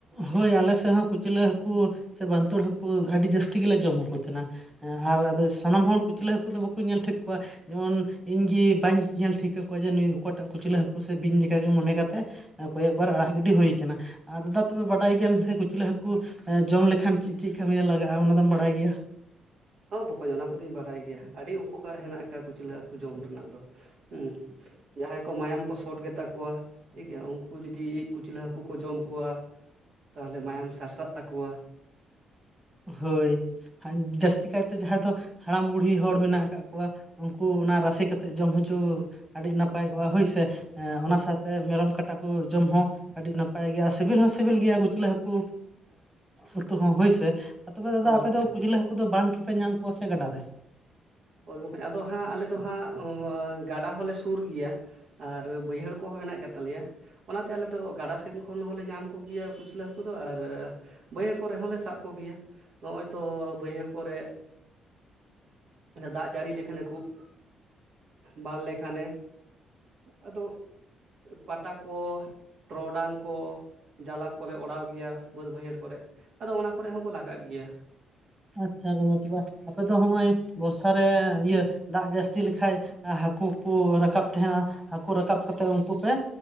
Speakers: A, on the right (about 20°); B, on the right (about 65°).
A: ᱦᱳᱭ ᱟᱞᱮ ᱥᱮᱫ ᱦᱚᱸ ᱠᱩᱪᱞᱟᱹ ᱦᱟᱹᱠᱩ ᱥᱮ ᱵᱟᱱᱛᱩᱲ ᱦᱟᱹᱠᱩ ᱟᱹᱰᱤ ᱡᱟᱹᱥ ᱛᱤ ᱜᱮᱞᱮ ᱡᱚᱢ ᱟᱠ ᱠᱚ ᱛᱟᱦᱮᱸᱱᱟ ᱟᱨ ᱟᱫᱚ ᱥᱟᱱᱟᱢ ᱦᱚᱲ ᱠᱩᱪᱞᱟᱹ ᱦᱟᱹᱠᱩ ᱫᱚ ᱵᱟᱠᱚ ᱧᱮᱞ ᱴᱷᱤᱠ ᱠᱚᱣᱟ ᱾ ᱡᱮᱢᱚᱱ ᱤᱧ ᱜᱮ ᱵᱟᱹᱧ ᱧᱮᱞ ᱴᱷᱤᱠ ᱠᱟᱠᱚᱣᱟ ᱡᱮ ᱱᱩᱭ ᱚᱠᱚᱭᱴᱟᱜ ᱠᱩᱪᱞᱟᱹ ᱦᱟᱹᱠᱩ ᱥᱮ ᱵᱤᱧ ᱞᱮᱠᱟᱜᱮ ᱢᱚᱱᱮ ᱠᱟᱛᱮᱜ ᱠᱚᱭᱮᱠᱵᱟᱨ ᱟᱲᱟᱜ ᱜᱤᱰᱤ ᱦᱩᱭ ᱠᱟᱱᱟ, ᱟ ᱫᱟᱫᱟ ᱛᱚᱵᱮ ᱵᱟᱰᱟᱭ ᱜᱮᱭᱟᱢ ᱠᱩᱪᱞᱟᱹ ᱦᱟᱹᱠᱩ ᱡᱚᱢ ᱞᱮ ᱠᱷᱟᱱ ᱪᱮᱫ ᱪᱮᱫ ᱠᱟᱹᱢᱤᱨᱮ ᱞᱟᱜᱟᱜᱼᱟ ᱚᱱᱟᱫᱚᱢ ᱵᱟᱰᱟᱭ ᱜᱮᱭᱟ ᱾
B: ᱦᱚᱸ ᱵᱚᱠᱚᱧ ᱚᱱᱟ ᱠᱚ ᱫᱚᱧ ᱵᱟᱰᱟᱭ ᱜᱮᱭᱟ᱾ ᱟᱹᱰᱤ ᱩᱯᱚᱠᱟᱨ ᱦᱮᱱᱟᱜ ᱟᱠᱟᱜᱼᱟ ᱠᱩᱪᱞᱟᱹ ᱦᱟᱹᱠᱩ ᱡᱚᱢ ᱨᱮᱱᱟᱜ ᱫᱚ ᱦᱩᱸ ᱾ ᱡᱟᱦᱟᱸᱭ ᱠᱚ ᱢᱟᱭᱟᱢ ᱠᱚ ᱥᱚᱴ ᱜᱮᱛᱟ ᱠᱚᱣᱟ᱾ ᱴᱷᱤᱠ ᱜᱮᱭᱟ ᱩᱱᱠᱩ ᱡᱚᱫᱤ ᱠᱩᱪᱞᱟᱹ ᱦᱟᱹᱠᱩ ᱠᱚ ᱡᱚᱢ ᱠᱚᱣᱟ᱾ ᱛᱟᱦᱚᱞᱮ ᱢᱟᱭᱟᱢ ᱥᱟᱨᱥᱟᱜ ᱛᱟᱠᱚᱣᱟ᱾
A: ᱦᱳᱭ ᱡᱟᱹᱥᱛᱤ ᱠᱟᱭᱛᱮ ᱡᱟᱦᱟᱸᱭ ᱫᱚ ᱦᱟᱲᱟᱢ, ᱵᱩᱲᱦᱤ ᱦᱚᱲ ᱢᱮᱱᱟᱜ ᱟᱠᱟᱜ ᱠᱚᱣᱟ ᱩᱱᱠᱩ ᱚᱱᱟ ᱨᱟᱥᱮ ᱠᱟᱛᱮᱫ ᱡᱚᱢ ᱦᱚᱪᱚ ᱟᱹᱰᱤ ᱱᱟᱯᱟᱭ ᱠᱚᱜᱼᱟ ᱦᱳᱭ ᱥᱮ, ᱚᱱᱟ ᱥᱟᱶᱛᱮ ᱢᱮᱨᱚᱢ ᱠᱟᱴᱟ ᱠᱚ ᱡᱚᱢ ᱦᱚᱸ ᱟᱹᱰᱤ ᱱᱟᱯᱟᱭ ᱜᱮᱭᱟ ᱥᱤᱵᱤᱞ ᱦᱚᱸ ᱥᱤᱵᱤᱞ ᱜᱮᱭᱟ ᱠᱩᱪᱞᱟᱹ ᱦᱟᱹ ᱠᱩ ᱩᱛᱩ ᱦᱚᱸ ᱦᱳᱭ ᱥᱮ ᱛᱚᱵᱮ ᱫᱟᱫᱟ
B: ᱦᱳᱭ
A: ᱟᱯᱮ
B: ᱵᱚᱠᱚᱧ
A: ᱫᱚ ᱠᱩᱪᱞᱟᱹ ᱦᱟ. ᱩᱱᱠᱩ ᱫᱚ ᱵᱟᱱᱫ ᱨᱮᱯᱮ ᱧᱟᱢ ᱠᱚᱣᱟ ᱥᱮ ᱜᱟᱰᱟ ᱨᱮ?
B: ᱦᱳᱭ ᱵᱚᱠᱚᱧ ᱟᱫᱚ ᱦᱟᱸᱜ ᱟᱞᱮ ᱫᱚ ᱦᱟᱸᱜ ᱜᱟᱰᱟ ᱦᱚᱸᱞᱮ ᱥᱩᱨ ᱜᱮᱭᱟ᱾ ᱟᱨ ᱵᱟᱹᱭᱦᱟᱹᱲ ᱠᱚᱦᱚᱸ ᱦᱮᱱᱟᱜ ᱜᱮ ᱛᱟᱞᱮᱭᱟ᱾ ᱚᱱᱟᱛᱮ ᱟᱞᱮ ᱫᱚ ᱜᱟᱰᱟ ᱥᱮᱱ ᱠᱷᱚᱱ ᱦᱚᱸᱞᱮ ᱧᱟᱢ ᱠᱚᱜᱮᱭᱟ ᱠᱩᱪᱞᱟᱹ ᱦᱟᱹᱠᱩ ᱫᱚ ᱟᱨ ᱵᱟᱹᱭᱦᱟᱹᱲ ᱠᱚᱨᱮ ᱦᱚᱸᱞᱮ ᱥᱟᱵ ᱠᱚᱜᱮᱭᱟ ᱱᱚᱜᱼᱚᱭ ᱛᱚ ᱵᱟᱹᱭᱦᱟᱹᱲ ᱠᱚᱨᱮ ᱫᱟᱜ ᱡᱟᱹᱲᱤ ᱞᱮᱠᱷᱟᱱᱮ ᱠᱷᱩᱵ ᱵᱟᱱ ᱞᱮᱠᱷᱟᱱᱮ, ᱟᱫᱚ ᱯᱟᱴᱟ ᱠᱚ ᱴᱚᱨᱚᱰᱟᱝ ᱠᱚ ᱡᱟᱞᱟᱢ ᱠᱚᱞᱮ ᱚᱲᱟᱣ ᱜᱮᱭᱟ ᱵᱟᱹᱫᱽ ᱵᱟᱹᱭᱦᱟᱹᱲ ᱠᱚᱨᱮ ᱟᱫᱚ ᱚᱱᱟ ᱠᱚᱨᱮ ᱦᱚᱸᱠᱚ ᱞᱟᱜᱟᱜ ᱜᱮᱭᱟ᱾
A: ᱟᱪᱪᱷᱟ ᱫᱟᱫᱟ ᱛᱚᱵᱮ ᱟᱯᱮ ᱫᱚ ᱱᱚᱜᱼᱚᱭ ᱵᱚᱨᱥᱟ ᱨᱮ ᱤᱭᱟᱹ ᱫᱟᱜ ᱡᱟᱹᱥᱛᱤ ᱞᱮᱠᱷᱟᱡ ᱦᱟᱹᱠᱩ ᱠᱚ ᱨᱟᱠᱟᱵ ᱛᱟᱦᱮᱱᱟ ᱦᱟᱹᱠᱩ ᱨᱟᱠᱟᱵ ᱠᱟᱛᱮᱫ ᱩᱱᱠᱩ ᱯᱮ